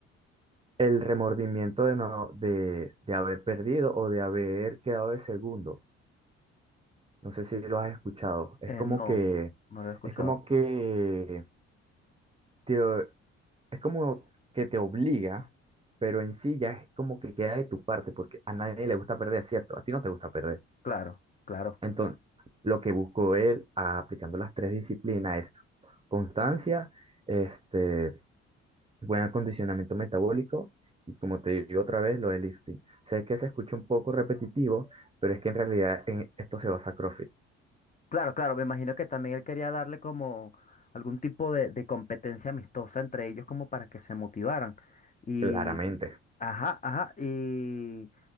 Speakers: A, on the right (about 15°); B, on the left (about 25°).
A: el remordimiento de, no, de, de haber perdido o de haber quedado de segundo. No sé si lo has escuchado. Es
B: Eh,
A: como
B: no,
A: que,
B: no lo he escuchado.
A: es como que te, es como que te obliga, pero en sí ya es como que queda de tu parte, porque a nadie le gusta perder, ¿cierto? A ti no te gusta perder.
B: Claro, claro.
A: Entonces, lo que buscó él ah, aplicando las tres disciplinas es constancia, este, buen acondicionamiento metabólico y como te digo otra vez, lo del lifting. Sé que se escucha un poco repetitivo, pero es que en realidad en esto se basa CrossFit,
B: Claro, claro, me imagino que también él quería darle como algún tipo de, de competencia amistosa entre ellos como para que se motivaran. Y,
A: claramente.
B: ajá, ajá, y...